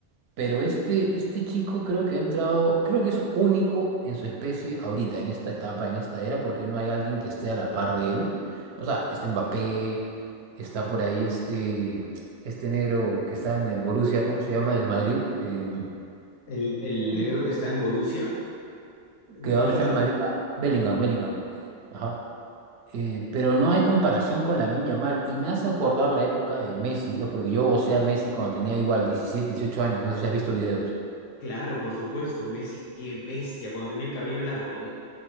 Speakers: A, on the right; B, on the left.
A: Pero este, este chico creo que ha entrado, creo que es único en su especie ahorita, en esta etapa, en esta era, porque no hay alguien que esté a la par de él. O sea, está Mbappé, está por ahí este, este negro que está en el Borussia, ¿cómo se llama? Del Madrid, eh,
B: El, el
A: ¿cómo?
B: negro que está en Borussia, Bellingham,
A: que ahora está en el Madrid. Ah, Bellingham, Bellingham. Ajá. Eh, pero no hay comparación con Lamine Yamal. Y me hace acordar la época de Messi, pues porque yo gocé a Messi cuando tenía igual 17 18 años. No sé si has visto videos.
B: Claro, por supuesto, Messi, qué bestia, cuando tenía el cabello largo, ¿no?